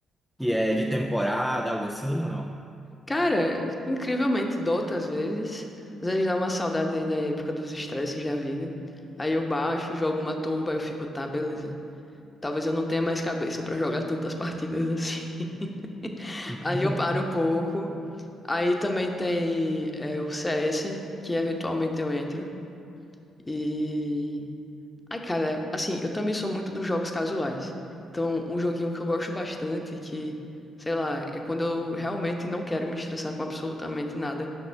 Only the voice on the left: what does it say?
Cara, incrivelmente dota às vezes. Às vezes dá uma saudade aí da época dos estresses da vida. Aí eu baixo, jogo uma turba, eu fico, tá, beleza. Talvez eu não tenha mais cabeça pra jogar tantas partidas assim. <laughs>
Aí eu paro um pouco. Aí também tem é, o CS, que eventualmente eu entro. E. Ai, cara, assim, eu também sou muito dos jogos casuais. Então, um joguinho que eu gosto bastante, que, sei lá, é quando eu realmente não quero me estressar com absolutamente nada,